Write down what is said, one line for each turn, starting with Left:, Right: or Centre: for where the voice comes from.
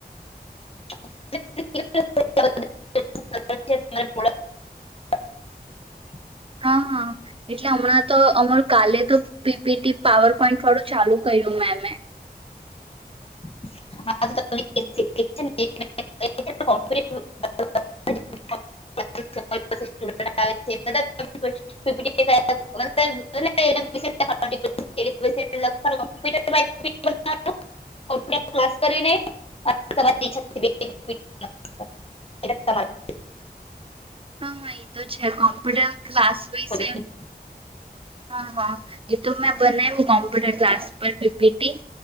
Left: <inaudible> <unintelligible>
Right: હ હા એટલે હમણાં તો અમાર કાલે તો પીપીટી પાવર પોઈન્ટ થોડો ચાલુ કર્યું મેમે
Left: <inaudible> <inaudible> <unintelligible> <unintelligible>
Right: <inaudible>
Left: <unintelligible> ક્લાસ કરીને <unintelligible> એ <unintelligible>
Right: હા એ તો છે કોમ્પ્યુટર ક્લાસ વિષય
Left: કોઈ-
Right: હા હા એ તો મેં બનાવ્યું કોમ્પ્યુટર ક્લાસ પર પી પી ટી